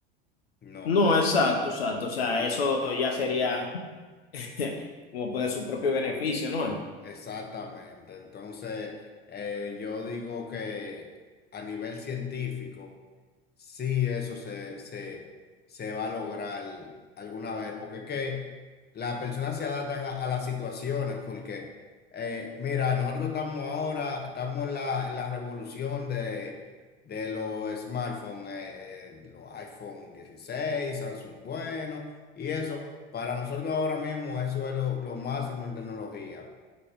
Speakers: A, on the left; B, on the left.
A: No,
B: No, exacto, exacto, o sea,
A: Eso.
B: eso ya sería <laughs> como por su propio beneficio, ¿no?
A: exactamente. Entonces, eh, yo digo que a nivel científico, Sí, eso se, se, se va a lograr alguna vez, porque es que las personas se adaptan a, a las situaciones, porque eh, mira, nosotros estamos ahora, estamos en la, en la revolución de, de los smartphones, eh, eh, los iPhone 16 Samsung bueno, y eso, para nosotros ahora mismo eso es lo, lo máximo en tecnología.